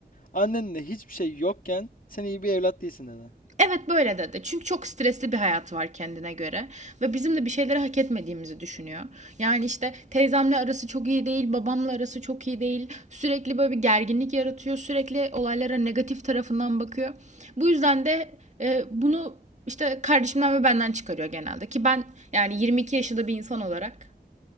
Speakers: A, on the left; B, on the right.
A: Annenle hiçbir şey yokken sen iyi bir evlat değilsin dedi.
B: Evet böyle dedi. Çünkü çok stresli bir hayatı var kendine göre ve bizim de bir şeyleri hak etmediğimizi düşünüyor. Yani işte teyzemle arası çok iyi değil, babamla arası çok iyi değil. Sürekli böyle bir gerginlik yaratıyor. Sürekli olaylara negatif tarafından bakıyor. Bu yüzden de e, bunu işte kardeşimden ve benden çıkarıyor genelde ki ben yani 22 yaşında bir insan olarak